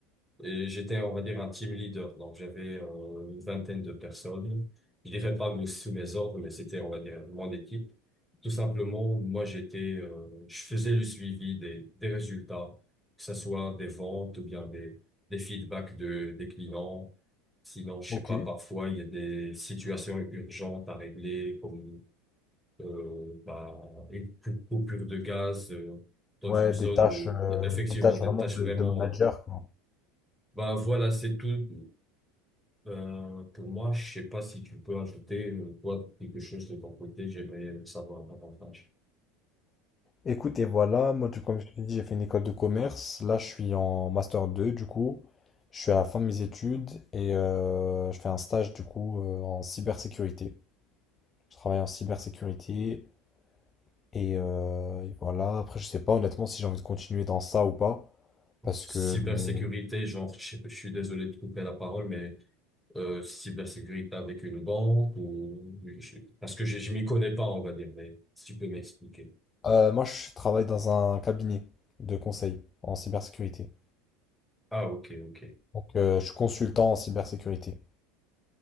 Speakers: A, in the centre; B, on the left (about 30°).
A: Et j'étais, on va dire, un team leader. Donc, j'avais euh, une vingtaine de personnes. Je dirais pas mes- sous mes ordres, mais c'était, on va dire, mon équipe. Tout simplement, moi, j'étais, euh, je faisais le suivi des, des résultats, que ce soit des ventes ou bien des, des feedbacks de, des clients. Sinon, je
B: ok.
A: sais pas, parfois, il y a des situations urgentes à régler, comme euh, bah, une cou- coupure de gaz euh, dans
B: Ouais,
A: une zone
B: des tâches,
A: où,
B: euh,
A: effectivement,
B: des tâches
A: des
B: vraiment
A: tâches
B: de,
A: vraiment...
B: de manager,
A: euh,
B: quoi.
A: bah voilà, c'est tout. Ben, pour moi, je sais pas si tu peux ajouter, euh, toi, quelque chose de ton côté. J'aimerais savoir davantage.
B: Écoute, et voilà, moi, du- comme je te dis, j'ai fait une école de commerce. Là, je suis en master 2 du coup. Je suis à la fin de mes études et euh, je fais un stage, du coup, euh, en cybersécurité. Je travaille en cybersécurité Et, euh, voilà, après je sais pas honnêtement si j'ai envie de continuer dans ça ou pas, parce
A: Cybersécurité,
B: que euh,
A: genre, je, sais pas, je suis désolé de couper la parole, mais euh, cybersécurité avec une banque ou... je- Parce que je, je m'y connais pas, on va dire, mais si tu peux m'expliquer.
B: euh, moi je travaille dans un cabinet de conseil en cybersécurité.
A: Ah, ok, ok.
B: Donc euh, je suis consultant en cybersécurité.